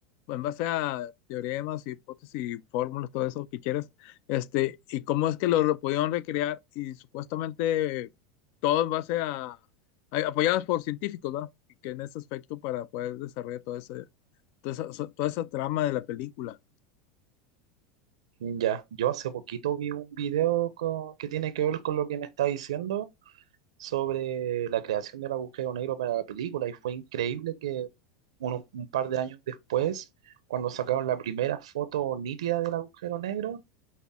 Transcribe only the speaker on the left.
En base a teoremas, hipótesis, fórmulas, todo eso que quieras, este, y cómo es que lo re- pudieron recrear y supuestamente todo en base a, a- apoyados por científicos, ¿verdad? Y que en ese aspecto para poder desarrollar toda esa, toda esa, toda esa trama de la película.